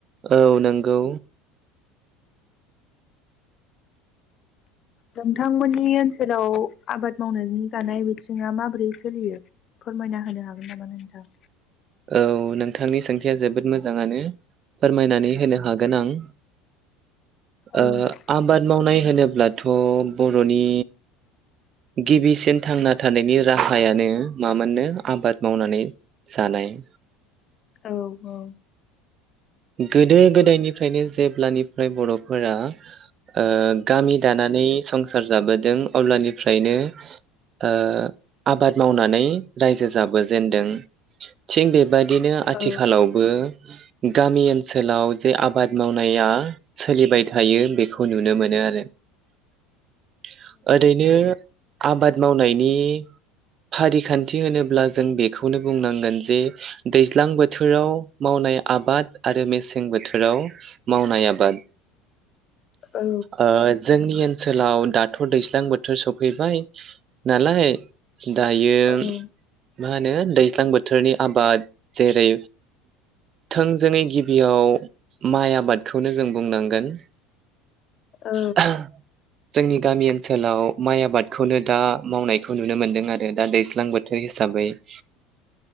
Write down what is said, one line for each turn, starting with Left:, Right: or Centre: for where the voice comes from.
Right: औ नंगौ
Left: नोंथांमोननि ओनसोलाव आबाद मावनायनि जानाय बिथिङा माबोरै सोलियो फोरमायना होनो हागोन नामा नोंथां?
Right: औ नोंथांनि सोंथिया जोबोद मोजाङानो फोरमायनानै होनो हागोन आं ।
Left: नोंथां
Right: ओ आबाद मावनाय होनोब्ला थ' बर'नि गिबिसिन थांना थानायनि राहायानो मामोननो आबाद मावनानै जानाय ।
Left: औ औ
Right: गोदो गोदायनिफ्रायनो जेब्लानिफ्राय बर'फोरा ओ गामि दानानै संसार जाबोदों अब्लानिफ्रायनो ओ आबाद मावनानै रायजो जाबोजेनदों । थिग बे बायदिनो आथिखालावबो
Left: औ
Right: <unintelligible> गामि ओनसोलाव जे आबाद मावनाया सोलिबाय थायो बेखौ नुनो मोनो आरो । ओरैनो आबाद मावनायनि फारिखान्थि होनोब्ला जों बेखौनो बुंनांगोन जे दैज्लां बोथोराव मावनाय आबाद आरो मेसें बोथोराव मावनाय आबाद
Left: औ
Right: ओ जोंनि ओन सोलाव दाथ' दैस्लां बोथोर सफैबाय नालाय दायो
Left: औ औ
Right: मा होनो दैज्लां बोथोरनि आबाद जेरै थों जोंनि गिबियाव माइ आबादखौनो जों बुंनांगोन‌
Left: औ
Right: <unintelligible> जोंनि गामि सोलाव माइ आबादखौनो दा मावनायखौ नुनो मोन्दों आरो दा दैस्लां बोथोर हिसाबै ।